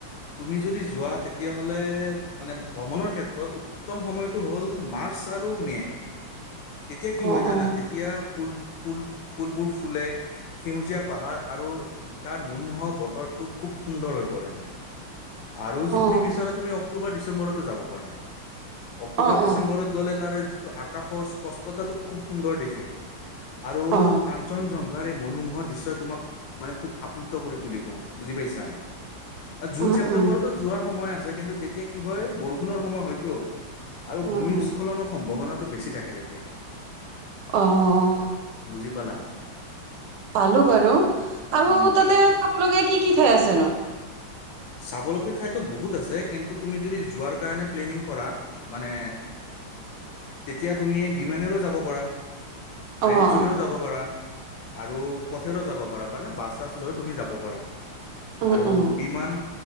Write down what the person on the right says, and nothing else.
অ
অ
অ
অ
অ
অ
উম
উম
উম
উম
অঁ
পালো বাৰু আৰু
তাতে চাবলগীয়া কি কি ঠাই আছে নো?
অ
উম,
উম,